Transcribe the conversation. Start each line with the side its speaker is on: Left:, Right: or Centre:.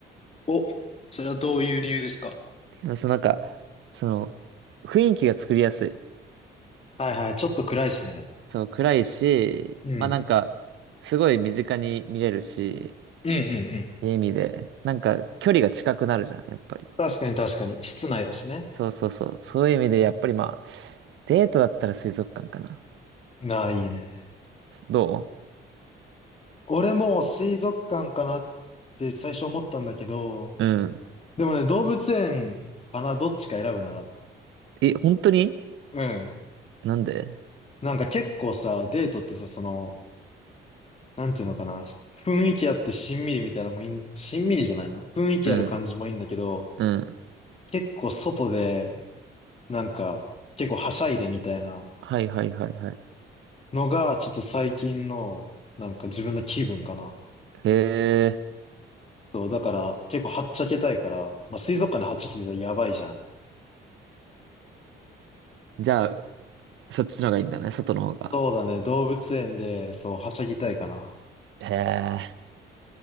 Left: お、それはどういう理由ですか
Right: ていうのは、そのなんか、その、雰囲気が作りやすい。
Left: はいはい、ちょっと暗いしね。
Right: その暗いし、
Left: うん。
Right: まあなんか、すごい身近に見れるし、
Left: うんうんうん
Right: っていう意味で、なんか距離が近くなるじゃん、やっぱり。
Left: 確かに確かに。室内だしね。
Right: そうそうそう。そういう意味で、やっぱりまあ、デートだったら水族館かな。
Left: なあ、いいね。
Right: ど
Left: 俺も水族館かなって最初思ったんだけど、
Right: ううん。
Left: でもね、動物園かな、どっちか選ぶなら。
Right: え、本当に
Left: うん。
Right: なんで
Left: なんか結構さ、デートってさ、その、なんていうのかな、雰囲気あってしんみりみたいなのもいい、しんみりじゃないな。雰囲気ある感じもいいんだけど、
Right: うん、うん。
Left: 結構外で、なんか、結構はしゃいでみたいな
Right: はいはいはいはい。
Left: のが、ちょっと最近の、なんか自分の気分かな。
Right: へえ、
Left: そう、だから結構はっちゃけたいから、まあ水族館ではっちゃけてたらやばいじゃん。
Right: じゃあ、そっちの方がいいんだね、外の方が。
Left: そうだね、動物園で、そう、はしゃぎたいかな。
Right: へえ、